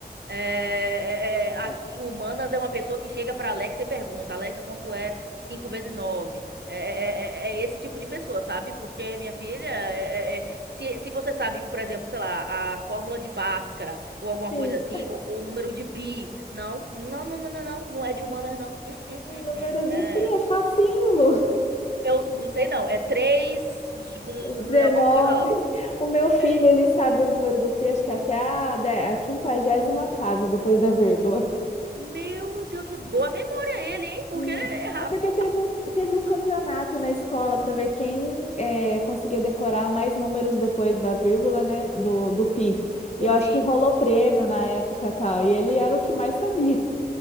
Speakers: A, on the right (about 90°); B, on the left (about 40°).
A: É, é, é, é,
B: É.
A: aqui, humanas é uma pessoa que chega para Alexa e pergunta: Alexa, quanto é 5 vezes nove É, é, é- é é esse tipo de pessoa, sabe? Porque, minha filha, é- é- é, se, se você sabe, por exemplo, sei lá, a fórmula de Bhaskara ou alguma
B: Sim,
A: coisa assim, ou, ou o número de pi, não, não, não, não, não, não, não é de humanas, não. Hum, hum,
B: o
A: hum,
B: número
A: hum. É,
B: de pi é facinho, Lu.
A: eu não sei, não. É três,
B: 19.
A: alguma coisa lá.
B: O meu filho,
A: É,
B: ele sabe o número do pi, acho que até a, de- a quinquagésima casa, depois da vírgula.
A: Meu Deus, do céu, boa memória ele, hein? Porque,
B: Hum,
A: rapaz,
B: É porque teve um, teve um campeonato na escola para ver quem é, conseguia decorar mais números depois da vírgula, né? Do, do pi. E
A: tupi,
B: eu acho que rolou prêmio na época e tal. E ele era o que mais sabia. <laughs>